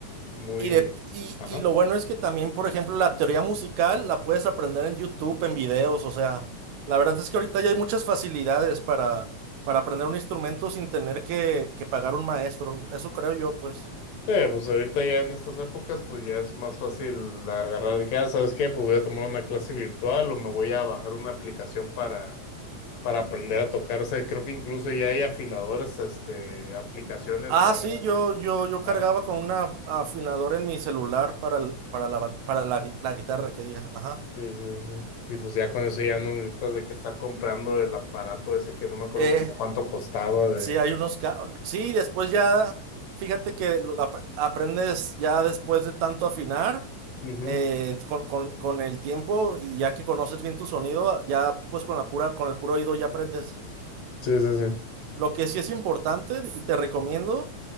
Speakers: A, on the left; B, on the right.
A: muy.
B: y, de, y,
A: Ajá.
B: y lo bueno es que también, por ejemplo, la teoría musical la puedes aprender en YouTube, en videos, o sea, la verdad es que ahorita ya hay muchas facilidades para, para aprender un instrumento sin tener que, que pagar un maestro. Eso creo yo, pues.
A: Sí, pues ahorita ya en estas épocas, pues ya es más fácil agarrar de que, ah, ¿sabes qué? Pues voy a tomar una clase virtual o me voy a bajar una aplicación para. para aprender a tocar. O sea, creo que incluso ya hay afinadores, este, aplicaciones
B: Ah,
A: para,
B: sí, yo, yo, yo
A: para.
B: cargaba con una afinadora en mi celular para, el- para, la, ba- para la, gui- la guitarra que diga. Ajá.
A: Sí, sí, sí. Y pues ya con eso ya no necesitas de que estar comprando el aparato ese que no me acuerdo
B: Eh,
A: como cuánto costaba de.
B: sí, hay unos... ca- Sí, después ya, fíjate que lo ap- aprendes ya después de tanto afinar,
A: Ujú.
B: eh, con, con, con el tiempo y ya que conoces bien tu sonido, ya pues con la pura, con el puro oído ya aprendes.
A: Sí, sí,
B: Lo que sí es importante y te recomiendo